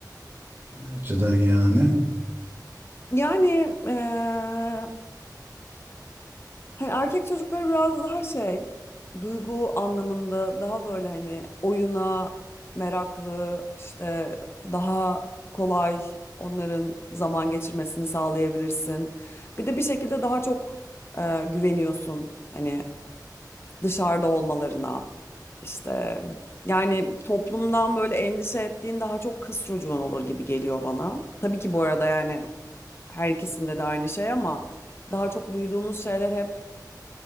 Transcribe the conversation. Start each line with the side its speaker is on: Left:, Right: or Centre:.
Right: Ne açıdan yani?
Left: Yani eee, Hani erkek çocukları biraz daha şey, duygu anlamında daha böyle hani oyuna meraklı, işte daha kolay onların zaman geçirmesini sağlayabilirsin. Bir de bir şekilde daha çok e, güveniyorsun hani dışarıda olmalarına. İşte yani toplumdan böyle endişe ettiğin daha çok kız çocuğun olur gibi geliyor bana. Tabii ki bu arada yani her ikisinde de aynı şey ama daha çok duyduğumuz şeyler hep